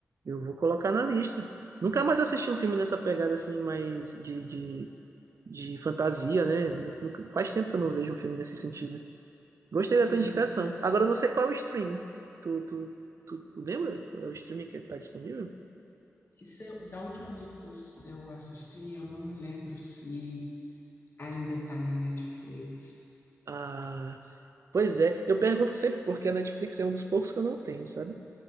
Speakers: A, on the right; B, on the left.
A: Eu vou colocar na lista. Nunca mais assisti um filme nessa pegada assim, mais de, de, de fantasia, né? Nunca- faz tempo que eu não vejo um filme nesse sentido. Gostei
B: Sim.
A: da tua indicação. Agora eu não sei qual é o streaming. Tu, tu, tu, tu lembra qual é o streaming que tá disponível?
B: Isso eu- da última vez que eu, eu assisti, eu não me lembro se ainda está na Netflix.
A: Ah, pois é. Eu pergunto sempre porque a Netflix é um dos poucos que eu não tenho, sabe?